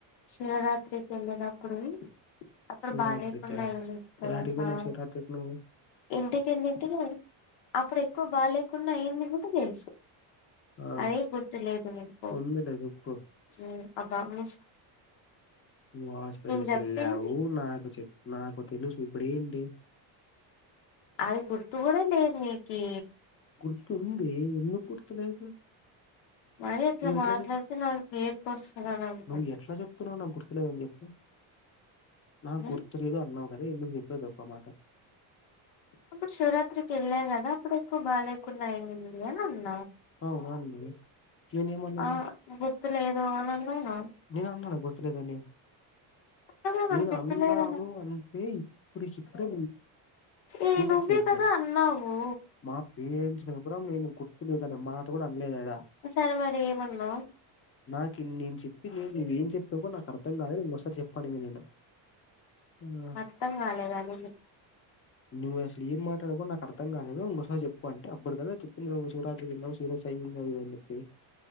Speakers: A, on the left; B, on the left.
A: శివరాత్రికి వెళ్ళినప్పుడు వి అప్పుడు
B: శివరాత్రికా
A: బాగ్లేకుండా అయ్యింది కదా
B: యాటికి పోయినవ్
A: ఆ
B: శివరాత్రికి నువ్వు
A: ఇంటికి ఎల్లింటిని అప్పుడు ఎక్కువ బాలేక్ కుండా అయింది కూడా తెలుసు
B: ఆ
A: అదే గుర్తు లేదు మీకు
B: ఉందిలే చెప్పు
A: ఉమ్ అబ్బా మూస్
B: నువ్వు హాస్పిటల్కి
A: చెప్పింది
B: వెళ్ళావు నాకు చెప్ నాకు తెలుసు ఇప్పుడేంటి
A: అది గుర్తు కూడా లేదు నీకి
B: స్తు ఉంది ఎందుకు గుర్తులేదు
A: మరి అట్లా
B: నువ్వు ఎట్లా
A: మాట్లాడితే
B: చెప్
A: నాకు ఏడుపు వస్తదని అనుకో
B: నువ్వు ఎట్లా చెప్తున్నావు నా గుర్ గుర్తు లేదని చెప్పి నా
A: ఉమ్,
B: గుర్తులేదు అన్నావ్ అదే ఎందుకు చెప్పావ్ చెప్ప మాట
A: అప్పుడు శివరాత్రికి ఏళ్ల కదా అప్పుడు ఎక్కువ బాగాలేకున్నా అయింది అ
B: అవు <inaudible> నేను ఏమన్నాను
A: ఆ గుర్తులేదు అని అన్నానా
B: నేను అన్నానా గుర్తులేదని
A: కదా నాకు
B: నేను
A: గుర్తులేదని
B: అన్నాను అంటే ఇప్పుడు చిప్పుడే
A: ఏ
B: తూ క
A: నువ్వే
B: సేఫలే
A: కదా అన్నావు
B: మా పేట్స్ నేను గుర్తు లేదని అమ్ మా నాట కూడా అనలేదాడా
A: సరే మరి ఏమన్నావు
B: నాకు నేను చెప్పి నేను ఏం చెప్పాకోో నాకు అర్థం కాలేదు ఇంకోసారి చెప్పను నేను ఆ
A: అర్థం కాలేదని
B: నువ్వు అసలు ఏ మాట్లాడుకో నాకు అర్థంాలేదు ఇంకోసారి చెప్పు అంటే అప్పుడు కదా చెప్పింది శివరాజ సీరియస్ అయింది చెప్పి